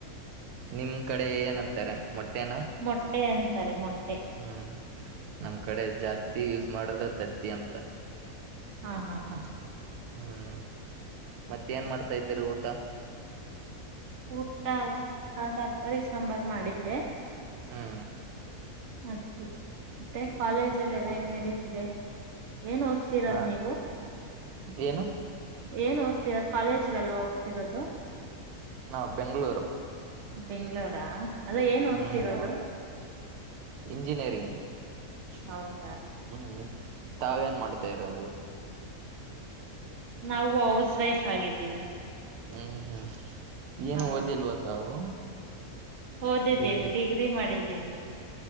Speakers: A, on the right (about 85°); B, on the right (about 60°).
A: ನಿಮ್ ಕಡೆ ಏನಂತಾರೆ. ಮೊಟ್ಟೆನಾ
B: ಮೊಟ್ಟೆ ಅಂತ್. ರೆ ಮೋಟ್.
A: ಹ್ಮ್ ನಮ್ ಕಡೆ ಜಾಸ್ತಿ ಯೂಸ್. ಮಾಡದೆ ತತ್ತಿ ಅಂತ.
B: ಹಾ ಹಾ ಹಾ.
A: ಹ್ಮ್ ಮತ್ತೆ ಏನ್ ಮಾಡ್ತಾ ಇದ್ದೀರಿ ಊಟ.
B: ಊಟ ತರಕಾರಿ ಸಾಂಬಾರ್ ಮಾಡಿದ್ದೆ
A: ಹ್ಮ್
B: ಹ. ಮತ್ತೆ ಕಾಲೇಜಲ ಎಲ್ಲ. ಹೆಂಗ್ ನಡೀತಿದೆ. ಏನ್ ಓದ್ತಿರದ್
A: ಹ್ಮ್
B: ನೀವು.
A: ಏನು
B: ಏನ್ ಓದ್ತಿರದು ಕಾಲೇಜ್ಗಲ್ವ ಹೋಗ್ತಿರೋದು.
A: ನಾವ್ ಬೆಂಗಳೂರು.
B: ಬೆಂಗ್ಳೂರಾ. ಅಲ್ಲ ಏನ್ ಓದ್ತಿರೋದು
A: ಹ್ಮ್ ಹೌದು ಇಂಜಿನಿಯರಿಂಗ್.
B: ಹೌದು.
A: ಹ್ಮ್. ತಾವ ಏನ್ ಮಾಡ್ತಾ ಇರೋದು.
B: ನಾವು ಹೌಸ್ ವೈಫ್ ಆಗಿದ್ದೀವಿ.
A: ಹ್ಮ್ ಹ್ಮ್. ಏನು
B: ಹಾ
A: ಓದಿಲ್ವ ತಾವು
B: ಓದಿದ್ದೀವಿ
A: ಡಿಗ್ರಿ
B: ಮಾಡಿದ್ದೀವಿ